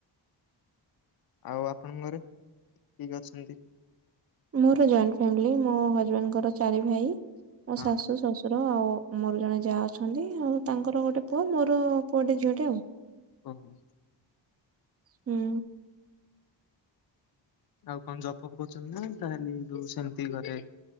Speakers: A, on the left; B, on the right.
A: ଆଉ ଆପଣଙ୍କରେ କିଏ କିଏ ଅଛନ୍ତି?
B: ମୋର ଜଏଣ୍ଟ ଫ୍ୟାମିଲି ମୋ ହଜବେଣ୍ଡଙ୍କର ଚାରି ଭାଇ, ମୋ
A: ହଁ
B: ଶାଶୁ, ଶଶ ର ଆଉ ମୋର ଜଣେ ଯା ଅଛନ୍ତି, ଆଉ ତାଙ୍କର ଗୋଟେ ପୁଅ ମୋର ପୁଅଟେ ଝିଅଟେ ଆଉ।
A: ଓ ହୁଁ
B: ହୁଁ।
A: ଆଉ କଣ ଜବ ଫବ କରୁଛନ୍ତି ନା ତାହେଲେ ଯୋଉ ସେମିତି ଘରେ?